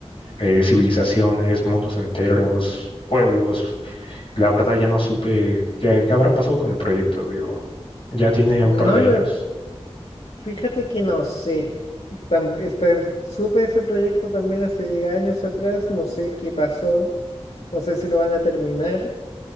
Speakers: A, on the left; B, on the left.
A: eh, civilizaciones, mundos enteros, pueblos. La verdad ya no supe qué, qué habrá pasado con el proyecto, digo, ya tiene un
B: no
A: par de
B: lo,
A: años.
B: fíjate que no sé. Tam- este, supe ese proyecto también hace años atrás, no sé qué pasó, no sé si lo van a terminar.